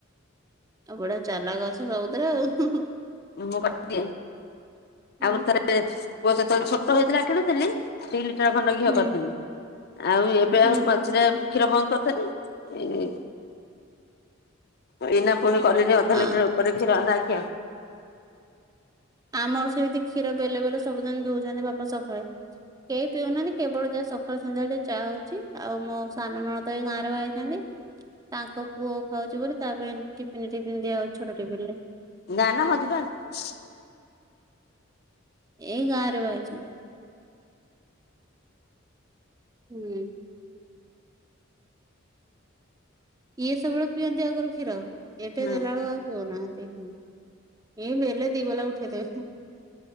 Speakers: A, on the right; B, on the left.
A: ଆଉ ବଢିଆ ଚାଲାକ ଅଛ ସବୁଥିରେ ଆଉ।
B: ମୁଁ କରିଦିଏ।
A: ହୁଁ
B: ଆଗୁରୁ
A: ହୁଁ।
B: ଥରେ ପୁଅ ଯେତେବେଳେ ଛୋଟ ହେଇଥିଲା କିଣୁଥିଲି ଦି ଲିଟର ଖଣ୍ଡେ ଘିଅ
A: ହୁଁ
B: କରିଥିଲି। ଆଉ ଏବେ
A: ହୁଁ
B: ଆହୁରି ମଝିରେ କ୍ଷୀର ବନ୍ଦ କରିଦେଲି ଇ ଏଇନା ପୁଣି କଲିନି ଅଧ
A: ହୁଁ।
B: ଲିଟରେ ଉପରେ ଖିର ନା ଘିଅ।
A: ଆମର ସେମତି କ୍ଷୀର ବେଲେ ବେଲେ ସବୁଦିନ ଧଉଚନ୍ତି ବାପା ସଖାଳେ। କେହି ପିଉନାହାନ୍ତି କେବଳ ଯାହା ସକାଳୁ ସନ୍ଧ୍ୟାବେଳେ ଟିକେ ଚାହା ହଉଚି ଆଉ ମୋ ସାନ ନନନ୍ଦ ତ ଏଇ ଗାଁରେ ବାହା ହେଇଚନ୍ତି। ତାଙ୍କ ପୁଅ ଖାଉଛି ବୋଲି ତା ପାଇଁ ଟିଫିନ ଟିଫିନ ଦିଆହଉଛି ଛୋଟ ଟିଫିନ ରେ।
B: ନା ନା। <unintelligible>
A: ଏଇ ଗାଁ ରେ ବାହା ହେଇଚନ୍ତି। ହୁଁ। ଇଏ ସବୁବେଳେ ପିଅନ୍ତି ଆଗରୁ କ୍ଷୀର
B: ହୁଁ
A: ଏବେ ଦେଲାବେଳକୁ ଆଉ <unintelligible> ହୁଁ ଏଇ ବେଲେ ଦି ବେଲା ଉଠେଇଦେବେ।